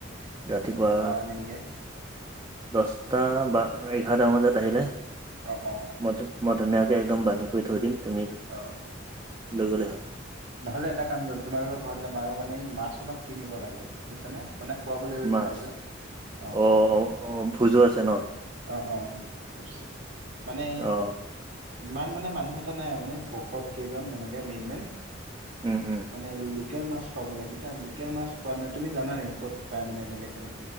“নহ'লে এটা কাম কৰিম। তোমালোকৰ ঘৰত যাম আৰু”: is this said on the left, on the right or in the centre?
Right